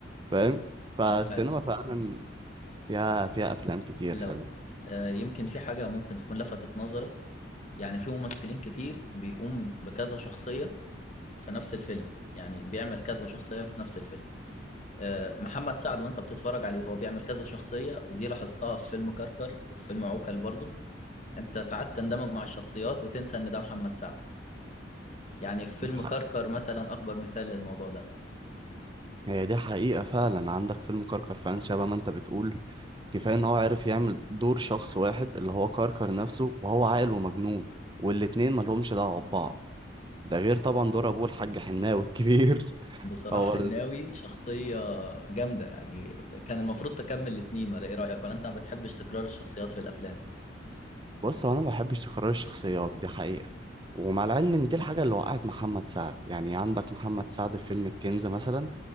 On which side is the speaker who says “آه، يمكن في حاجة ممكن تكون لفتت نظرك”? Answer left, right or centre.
Left